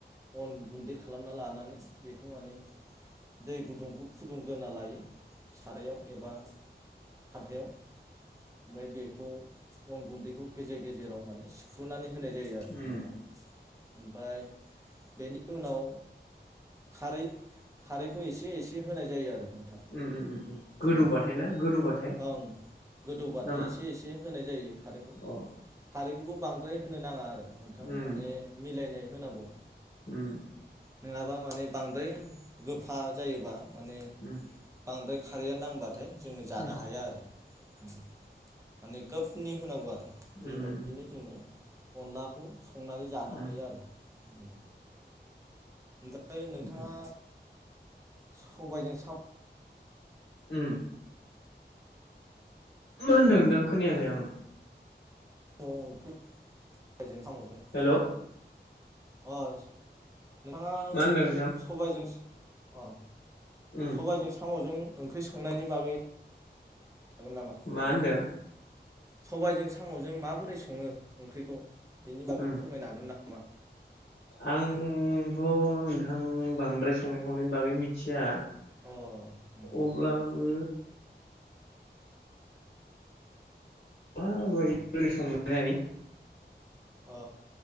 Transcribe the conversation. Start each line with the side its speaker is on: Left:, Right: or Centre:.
Right: अन गुन्दै खालामना लानानै बे खौ माने दै गुदुंखौ फु ग्रोना लायो। सारायाव एबा खान्थायाव ओमबाय बेखौ अन गुन्दैखौ गेजेर गेजेराव माने सिफ्रुनानै होनाय जायो आरो
Left: उम
Right: नोंथां। ओमफाय बेनि उनाव खारै खारैखौ एसे एसे होनाय आरो नोंथां
Left: उम उम उम गोदौबाथाय
Right: उम
Left: ना? गोदौबथाय
Right: ओं गोदौबाथाय
Left: नामा?
Right: एसे एसे होनाय जायो। खारैखौ
Left: अ
Right: खारै खौबो बांद्राय होनो नांङा आरो। नोंथां
Left: उम
Right: माने मिलायनाय होनांगौ।
Left: उम
Right: नोंङाबा माने बांद्राय गोफा जायोबा माने
Left: उम
Right: बांद्राय खारैया नांबा नाथाय जोंङो
Left: उम
Right: जानो हाया आरो। उम माने खोफनि होनांगौ बेबायदिनो
Left: उम उम
Right: जोंङो अनलाखौ संनानै जानो
Left: उम
Right: हायो आरो। उम फाय नोंथांङा
Left: उम
Right: सबायजों साम'
Left: उम मा होनदों थां? खोनायाखै आं
Right: <unintelligible> ओंख्रि फोजों साम'जों
Left: हेलौ
Right: <unintelligible> नोंथांङा
Left: मा होनदों नोंथां
Right: सबायजों अ
Left: उम
Right: सबाइजों साम'जों ओंख्रि संनायनि बागै हागोन नामा
Left: मा होनदों?
Right: सबायजों साम'जों माबोरै सङो ओंख्रिखौ? बेनि बागै
Left: उम
Right: फोरमायनो हागोन ना मा?
Left: आंथ' नोंथां बांद्राय संनाय खावनायनि बागै मिथिया।
Right: अ उम उम
Left: अब्लाबो माबोरै
Right: उम
Left: बोरै सङोथाय?
Right: अ